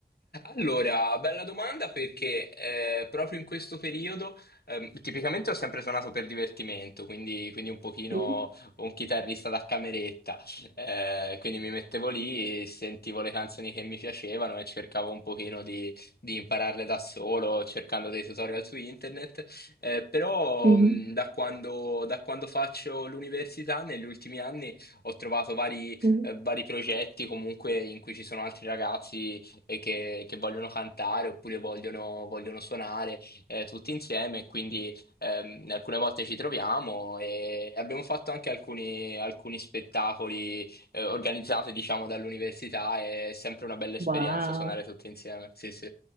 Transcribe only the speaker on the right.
Mhm.
Mhm.
Mhm.
Wow.